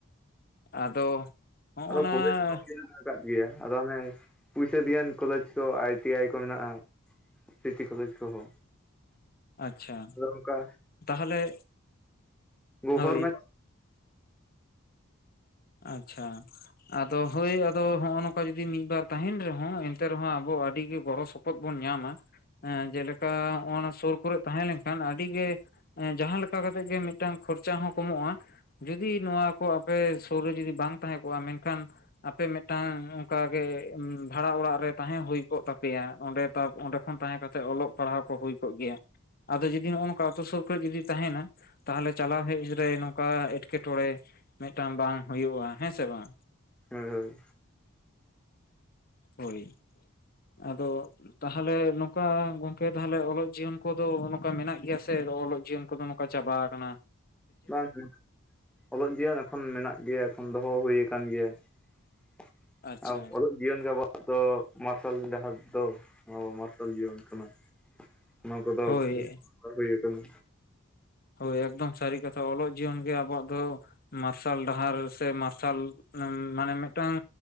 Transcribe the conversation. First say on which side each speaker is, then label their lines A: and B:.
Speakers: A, on the left (about 45°); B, in the centre.
A: ᱟᱫᱚ ᱦᱚᱜᱼᱟᱱᱟ
B: ᱟᱫᱚ ᱠᱚᱞᱮᱡᱽ ᱠᱚ ᱢᱮᱱᱟᱜ ᱟᱠᱟᱫ ᱜᱮᱭᱟ ᱟᱫᱚ ᱦᱟᱱᱮ ᱯᱩᱭᱥᱟᱹ ᱫᱤᱭᱟᱱ ᱠᱚᱞᱮᱡᱽ ᱠᱚ ᱟᱭ ᱴᱤ ᱟᱭ ᱠᱚ ᱢᱮᱱᱟᱜ-ᱟ᱾ ᱥᱤᱴᱤ ᱠᱚᱞᱮᱡᱽ ᱠᱚᱦᱚᱸ᱾
A: ᱟᱪᱪᱷᱟ᱾
B: ᱟᱫᱚ ᱚᱱᱠᱟ
A: ᱛᱟᱦᱚᱞᱮ
B: ᱜᱚᱵᱷᱚᱨᱢᱮᱱᱴ
A: ᱦᱳᱭ ᱟᱪᱪᱷᱟ᱾ ᱟᱫᱚ ᱦᱳᱭ ᱟᱫᱚ ᱱᱚᱜ-ᱚ ᱱᱚᱝᱠᱟ ᱡᱩᱫᱤ ᱢᱤᱫ ᱵᱟᱨ ᱛᱟᱦᱮᱱ ᱨᱮᱦᱚᱸ ᱮᱱᱛᱮ ᱨᱮᱦᱚᱸ ᱟᱵᱚ ᱟᱹᱰᱤ ᱜᱮ ᱜᱚᱲᱚ ᱥᱚᱯᱚ ᱥᱚᱯᱚᱫ ᱵᱚᱱ ᱧᱟᱢᱟ ᱮᱸ ᱡᱮᱞᱮᱠᱟ ᱦᱚᱸᱜ-ᱚᱱᱟ ᱥᱩᱨ ᱠᱚᱨᱮᱜ ᱛᱟᱦᱮᱸ ᱞᱮᱱᱠᱷᱟᱱ ᱟᱹᱰᱤᱜᱮ ᱮᱸ ᱡᱟᱦᱟᱸ ᱞᱮᱠᱟ ᱠᱟᱛᱮᱜ ᱜᱮ ᱢᱤᱫᱴᱟᱝ ᱠᱷᱚᱨᱪᱟ ᱦᱚᱸ ᱠᱚᱢᱚᱜ-ᱟ᱾ ᱡᱩᱫᱤ ᱱᱚᱣᱟ ᱠᱚ ᱟᱯᱮ ᱥᱩᱨ ᱨᱮ ᱡᱩᱫᱤ ᱵᱟᱝ ᱛᱟᱦᱮᱸ ᱠᱚᱜ-ᱟ, ᱢᱮᱱᱠᱷᱟᱱ ᱟᱯᱮ ᱢᱤᱫᱴᱟᱝ ᱚᱱᱠᱟᱜᱮ ᱵᱷᱟᱲᱟ ᱚᱲᱟᱜ ᱨᱮ ᱛᱟᱦᱮᱸ ᱦᱩᱭ ᱠᱚᱜ ᱛᱟᱯᱮᱭᱟ ᱚᱸᱰᱮ ᱛᱟᱵ ᱚᱸᱰᱮ ᱠᱷᱚᱱ ᱛᱟᱦᱮᱸ ᱠᱟᱛᱮᱜ ᱚᱞᱚᱜ ᱯᱟᱲᱦᱟᱣ ᱠᱚ ᱦᱩᱭ ᱠᱚᱜ ᱜᱮᱭᱟ᱾ ᱟᱫᱚ ᱡᱩᱫᱤ ᱦᱚᱸᱜᱼᱚ ᱱᱚᱝᱠᱟ ᱟᱛᱳ ᱥᱩᱨ ᱠᱚᱨᱮᱜ ᱡᱩᱫᱤ ᱛᱟᱦᱮᱱᱟ᱾ ᱛᱟᱦᱚᱞᱮ ᱪᱟᱞᱟᱣ ᱦᱮᱡ ᱨᱮ ᱱᱚᱝᱠᱟ ᱮᱴᱠᱮᱴᱚᱬᱮ ᱢᱤᱫᱴᱟᱝ ᱵᱟᱝ ᱦᱩᱭᱩᱜ-ᱟ, ᱦᱮᱸ ᱥᱮ ᱵᱟᱝ?
B: ᱦᱳᱭ ᱦᱳᱭ᱾
A: ᱦᱳᱭ᱾ ᱟᱫᱚ ᱛᱟᱦᱚᱞᱮ ᱱᱚᱝᱠᱟ ᱜᱚᱝᱠᱮ ᱛᱟᱦᱚᱞᱮ ᱚᱞᱚᱜ ᱡᱤᱭᱚᱱ ᱠᱚᱫᱚ ᱱᱚᱝᱠᱟ ᱢᱮᱱᱟᱜ ᱜᱮᱭᱟ ᱥᱮ ᱚᱞᱚᱜ ᱡᱤᱭᱚᱱ ᱠᱚᱫᱚ ᱱᱚᱝ ᱪᱟᱵᱟ ᱠᱟᱱᱟ᱾
B: ᱵᱟᱝ <inaudible> ᱚᱞᱚᱜ ᱡᱤᱭᱚᱱ ᱮᱠᱷᱚᱱ ᱢᱮᱱᱟᱜ ᱜᱮᱭᱟ ᱮᱠᱷᱚᱱ ᱫᱚᱦᱚ ᱦᱩᱭ ᱟᱠᱟᱱ ᱜᱮᱭᱟ᱾ <unintelligible>
A: ᱟᱪᱪᱷᱟ
B: ᱡᱤᱭᱚᱱ ᱜᱮ ᱟᱵᱚᱣᱟᱜ ᱫᱚ ᱢᱟᱨᱥᱟᱞ ᱰᱟᱦᱟᱨ ᱫᱚ ᱢᱟᱨᱥᱟᱞ ᱡᱤᱭᱚᱱ ᱠᱟᱱᱟ᱾ ᱚᱱᱟ ᱠᱚᱫᱚ
A: ᱦᱳᱭ
B: <inaudible> ᱦᱩᱭ ᱟᱠᱟᱱᱟ᱾
A: ᱦᱳᱭ ᱮᱠᱫᱚᱢ ᱥᱟᱹᱨᱤ ᱠᱟᱛᱷᱟ ᱚᱞᱚᱜ ᱡᱤᱭᱚᱱ ᱜᱮ ᱟᱵᱚᱣᱟᱜ ᱫᱚ ᱢᱟᱨᱥᱟᱞ ᱰᱟᱦᱟᱨ ᱥᱮ ᱢᱟᱨᱥᱟᱞ ᱢᱟᱱᱮ ᱢᱤᱫᱴᱟᱝ,